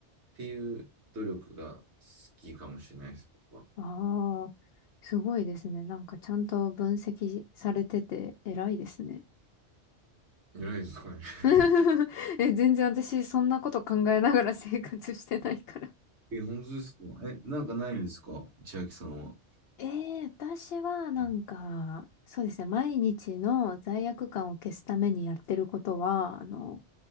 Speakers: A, on the right; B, on the left.
A: っていう努力が好きかもしれないです、僕は。
B: ああ、すごいですね。なんかちゃんと分析されてて偉いですね。
A: じゃないですかね。<laughs>
B: <laughs> え、全然私そんなこと考えながら生活してないから。
A: え、本当ですかえ、なんかないんですか千秋さんは。
B: ええ、私はなんか、
A: はい
B: そうですね、毎日の罪悪感を消すためにやってることは、あの、